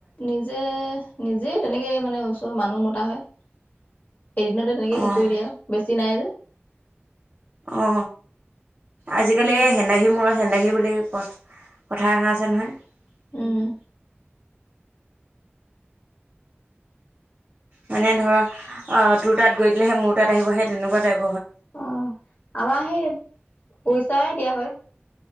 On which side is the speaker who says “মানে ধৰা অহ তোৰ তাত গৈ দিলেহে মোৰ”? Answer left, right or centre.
Right